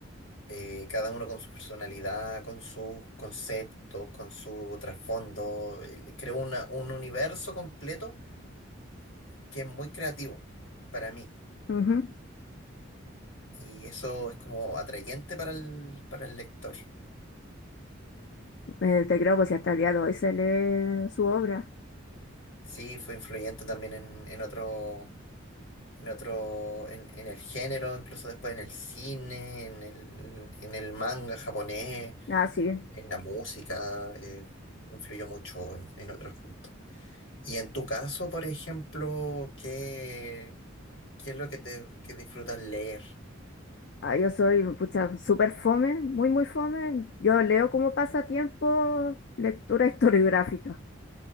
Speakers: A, on the left; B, on the left.
A: eh, cada uno con su personalidad, con sus conceptos, con su trasfondo. eh, Creo una- un universo completo que es muy creativo para mí.
B: ujú.
A: Y eso es como atrayente para el, para el lector.
B: Eh, te creo, pues si hasta el día de hoy se lee su obra.
A: Sí, fue influyente también en, en otro, en otro, en, en el género, incluso después en el cine, en el, en el manga japonés,
B: Ah, sí.
A: en la música, eh, influyó mucho en, en otros puntos. Y en tu caso, por ejemplo, ¿qué, qué es lo que te que disfrutas leer?
B: Ah, yo soy, pucha, súper fome, muy, muy fome. Yo leo como pasatiempo lectura <laughs> historiográfica.